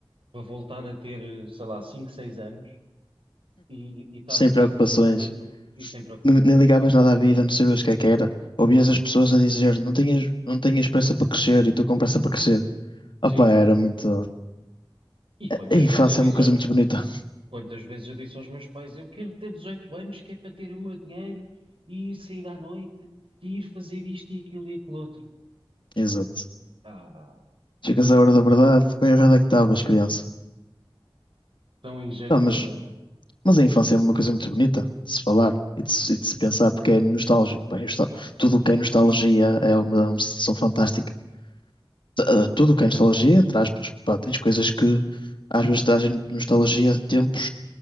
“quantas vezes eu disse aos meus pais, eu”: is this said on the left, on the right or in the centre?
Right